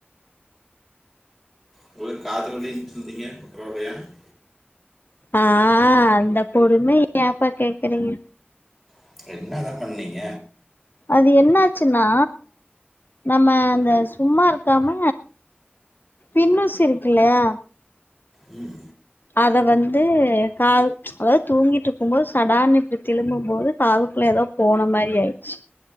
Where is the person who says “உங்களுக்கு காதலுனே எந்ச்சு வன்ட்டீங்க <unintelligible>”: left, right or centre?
Centre